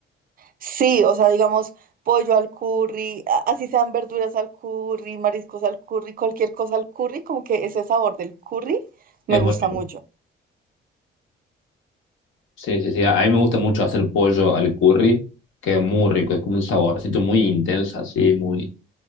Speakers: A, on the right; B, on the left.
A: Sí, o sea, digamos, pollo al curry, a- así sean verduras al curry, mariscos al curry, cualquier cosa al curry, como que ese sabor del curry me
B: Es
A: gusta
B: muy rico.
A: mucho.
B: Sí, sí, sí. A mí me gusta mucho hacer pollo al curry. Queda muy rico. Es como un saborcito muy intenso, así, muy...